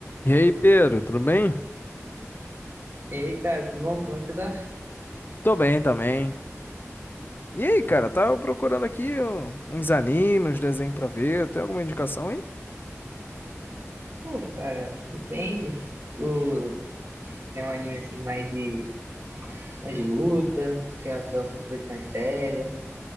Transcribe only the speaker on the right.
E aí, cara, tudo bom? Como é que você tá?
Pô, cara, depende. Tu quer um anime assim mais de mais de luta? Tu quer ver alguma coisa mais séria?